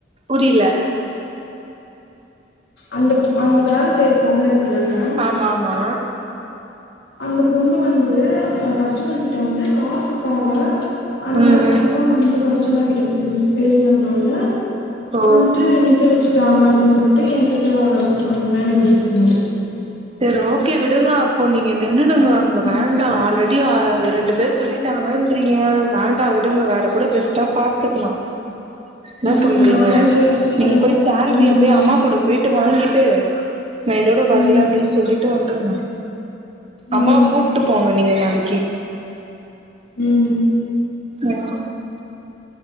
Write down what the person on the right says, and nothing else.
புரியில
ஆமமா
ம்
ம்
ஓ
சரி ஓகே விடுங்க அப்போ நீங்க நின்னுடுங்க அங்க
வேண்டா ஆல்ரெடி அப்டியா ரெண்டு பேர் சொல்லிட்டாங்கன்றீங்க வேண்டா விடுங்க வேற கூட பெஸ்ட்டா பாத்துக்லா என்ன
சொல்றீங்க
நீங்க போய் சால்ரிய
போய் அம்மா கூட போய்ட்டு வாங்கிட்டு நா இதோட வர்ல
அப்டின்னு சொல்லிட்டு வந்துருங்க
அம்மாவ கூட்டு போங்க நீங்க நாளைக்கு
ம்